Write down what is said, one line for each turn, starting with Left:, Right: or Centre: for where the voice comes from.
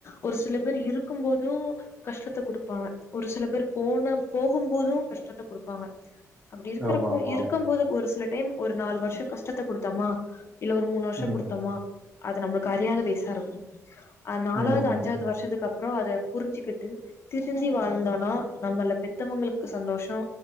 Left: ஒரு சில பேர் இருக்கும் போது கஷ்டத்த குடுப்பாங்க ஒரு சில பேர் போ பொன்னம் போகும் போது கஷ்டத்த குடுப்பாங்க அப்டி இருக்கறப்போ
Right: ஆமாமா.
Left: இருக்கும் போது ஒரு சில டைம் ஒரு நாலு வருஷோ கஷ்டத்த குடுத்தோமா இல்ல ஒரு மூணு வருஷோ
Right: ம்.
Left: குடுத்தமா அது நம்பளுக்கு அறியாத வயசாருக்கும் அது நாலாவது
Right: ம். ம்.
Left: அஞ்சாவது வருஷத்துக்கு அப் அப்புறோ அத புரிஞ்சுக்கிட்டு திருந்தி வாழ்ந்தோன்னா நம்மல பெத்தவங்களுக்கு சந்தோஷோ